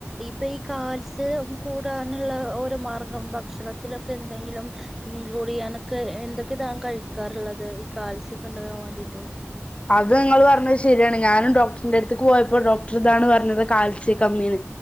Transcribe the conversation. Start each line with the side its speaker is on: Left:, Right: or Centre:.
Centre: ഇപ്പൊ ഈ കാൽസ് കൂടാന്ള്ള ഒരു മ <unintelligible> ഭക്ഷണത്തിലൊക്കെന്തെങ്കിലും ഇൻക്ലൂഡെയ്യാനൊക്കെ എ എന്തൊക്കെ താൻ കഴിക്കാറ്ള്ളത് കാൽസ്യക്കെ ഉണ്ടാകാൻ വാണ്ടിട്ട്
Left: അത് ഇങ്ങൾ പറഞ്ഞത് ശരിയാണ് ഞാനും ഡോക്ട്രിന്റെ ടുത്ത്ക്ക് പോയപ്പോ ഡോക്ട്രർതാണ് പറഞ്ഞത് കാൽസ്യ കമ്മീന്ന്